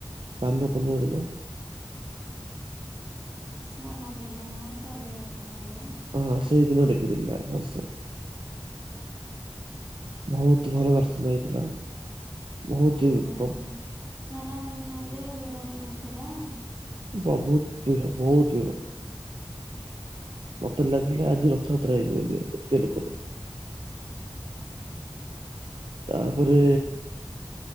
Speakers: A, on the right; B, on the right.
A: ସ୍ଥାନ ପୂର୍ବଦିନ।
B: ସ୍ନାନ ପୁରିମା ସରିଗଣି ଆଜ୍ଞା।
A: ହଁ ସେଇଦିନ ଦେଖିଥିଲା ତାଙ୍କ ଦର୍ଶନ। ବହୁତ ଭଲ ଦର୍ଶନ ହେଇଥିଲା ବହୁତ
B: ଯାହା ହଉ
A: ପ
B: ସ୍ନାନ ପୂର୍ଣ୍ଣିମାରେ ଭିଡ଼ ହେଇନଥିଲା।
A: ବୋହୁତ ଭିଡ ବୋହୁତ ଭିଡ। ମତେ ଲାଗିଲେ ଆଜି ରଥଯାତ୍ରା ହେଇଯିବ ବୋଲି ଏତେ ଲୋକ ଥିଲେ। ତାପରେ